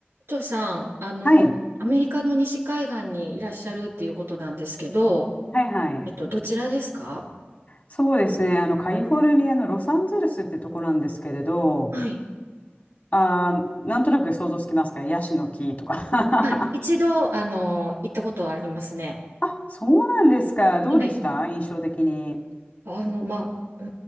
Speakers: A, on the right (about 80°); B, on the left (about 35°).
A: 長さん、あの、
B: はい、
A: アメリカの西海岸にいらっしゃるっていうことなんですけど、
B: はいはい。
A: えっと、どちらですか
B: そうですね。あの、カリフォルニアのロサンゼルスってとこなんですけれど、
A: はい。
B: あー、なんとなく想像つきますかヤシの木とか。
A: はい。一度、
B: <laughs>
A: あの、行ったことはありますね。
B: あ、そうなんですか。
A: はい。
B: どうでした印象的に。
A: あの、まあ、う